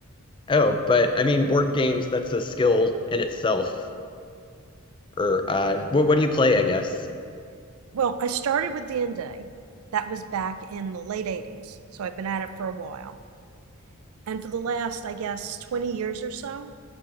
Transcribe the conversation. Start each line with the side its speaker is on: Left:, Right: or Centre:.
Left: Oh, but I mean board games, that's a skill in itself. Or uh what what do you play, I guess?
Right: <laughs> well, I started with D&D. That was back in the late 80s, so I've been at it for a while. And for the last, I guess, 20 years or so,